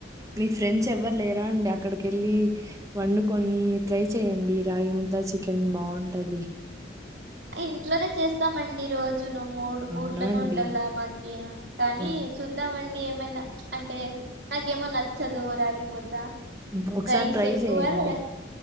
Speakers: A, on the right; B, on the right.
A: మీ ఫ్రెండ్స్ ఎవరు లేరా అండి అక్కడికెళ్ళి వండు కొని ట్రై చేయండి రాగి ముద్ద చికెన్ బాగుంటది
B: ఇంట్లోనే చేస్తామండి రోజ్ రోజు ను మూడు పూట్లను
A: అవునా అండి.
B: ఉండాల మాకి కానీ
A: హ్మ్.
B: చూద్దామండి ఏమైనా అంటే నాకేమో నచ్చదు రాగి ముద్ద
A: హ్మ్. ఒకసారి
B: రైస్
A: ట్రై
B: ఎక్కువద
A: చేయండి.